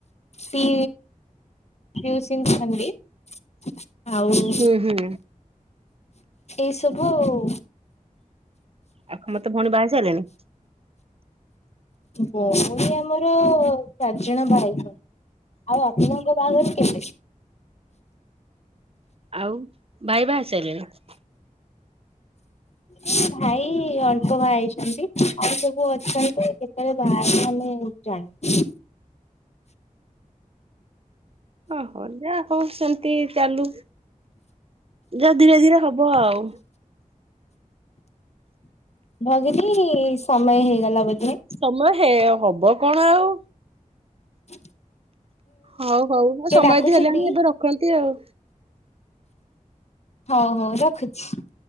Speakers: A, on the left (about 50°); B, on the right (about 45°).
A: ସି ପିଉସୀ <unintelligible> ଆଉ
B: ହୁଁ ହୁଁ।
A: ଏସବୁ ଆଉ।
B: ଆଖା ମତେ ଭଉଣୀ ବାି ସାରିଲଣି
A: ଭଉଣୀ ଆମର ଚାରିଜଣ ଭାଇଛନ୍ତି ଆଉ ଆପଣଙ୍କ ବାହାଘର କେବେ?
B: ଆଉ ଭାଇ ବା ଆସାରିଲେଣି
A: ହ ଭାଇ ଅଳ୍ପ ବାହା ହେଇଛନ୍ତି ଆଉ ସବୁ ଅଛନ୍ତି କେତେବେଳେ ବା ଆମେ ଜାଣ
B: ଓହ ଯା ହଉ ସେମିତି ଚାଲୁ ଯ ଧୀରେ ଧୀରେ ହବ ଆଉ
A: ଭଗିନୀ ସମୟ ହେଇଗଲା ବୋଧେ
B: ସମୟ ହେ ହବ କଣ ଆଉ
A: ହଁ
B: ହଉ ହଉ ଆଉ ସମୟ
A: ଡାକୁଛନ୍ତି
B: ବି ହେଲାଣି ଏବେ ରଖନ୍ତି ଆଉ
A: ହଉ ହଉ ରଖୁଛି।